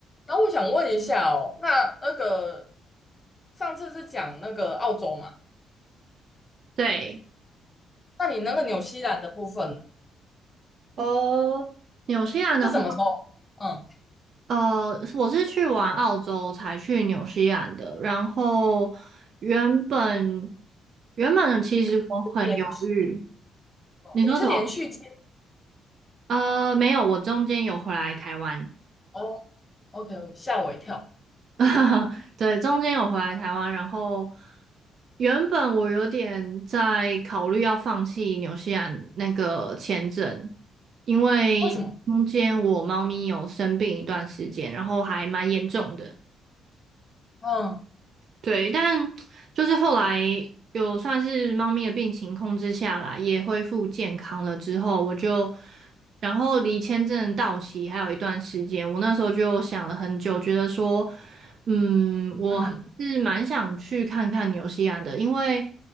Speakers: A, on the left; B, on the right.
A: 那我想问一下哦，那那个上次是讲那个澳洲嘛？
B: 对，
A: 那你那个纽西兰的部分呢
B: 哦，纽西兰的话，
A: 是什么时候？嗯，
B: 呃，我是去完澳洲才去纽西兰的。然后原本原本其实我很犹豫，
A: 是连续哦你是连续接
B: 你说什么？呃，没有，我中间有回来台湾，
A: 哦？OK，吓我一跳，
B: <laughs> 对，中间有回来台湾。然后原本我有点在考虑要放弃纽西兰那个签证，因为中间我猫咪有生病一段时间，
A: 为什么？
B: 然后还蛮严重的。
A: 嗯
B: 对，但就是后来有算是猫咪的病情控制下来，也恢复健康了之后，我就，然后离签证到期还有一段时间，我那时候就想了很久，觉得说，嗯，我还是蛮想去看看纽西兰的，
A: 嗯
B: 因为